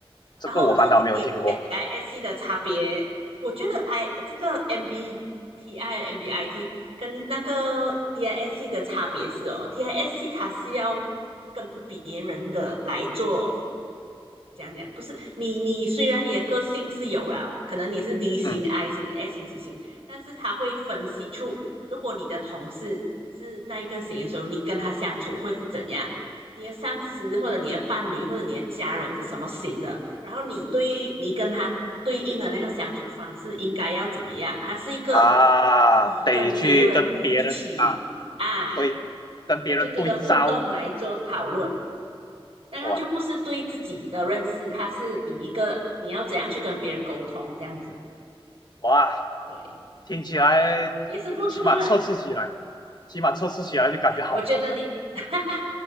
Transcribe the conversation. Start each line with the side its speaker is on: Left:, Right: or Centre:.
Left: 这个我反倒没有听过，
Right: 然后这点 i s C 的差别，我觉得 I 这个 MBTI、MBIT 跟那个 DISC 的差别是哦，DISC 它是要跟别人的来做。讲讲不是你，你虽然你的个性是有了，可能你是 D 型、
Left: 嗯
Right: I 型、S 型、C 型，但是他会分析出，如果你的同事是那一个型的时候，你跟他相处会是怎样，你的上司或者你的伴侣或者你的家人是什么型的，然后你对你跟他对应的那个相处方式应该要怎么样？它是一个
Left: 啊，
Right: 以跟别人一起啊，
Left: 得去跟别人啊，对，跟别人对照。
Right: 对对对的互动来做讨论，那它就不是对自己的认识，
Left: 哇
Right: 它是以一个你要怎样去跟别人沟通这样子，
Left: 哇，
Right: 对，
Left: 听起来
Right: 也是不错啦。
Left: 起码测试起来，起码测试起来就感觉好麻烦
Right: 我觉得你，<laughs> 哈哈，